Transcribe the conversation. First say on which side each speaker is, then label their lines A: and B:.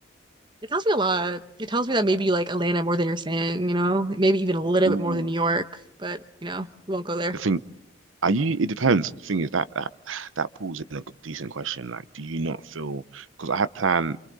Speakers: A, on the right; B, on the right.
A: It tells me a lot. It tells me that maybe you like Atlanta more than you're saying, you know, maybe even a little
B: Ooh.
A: bit more than New York, but you know, we won't go there.
B: The thing are you it depends. The thing is that that that pulls in a g- decent question. Like, do you not feel because I have planned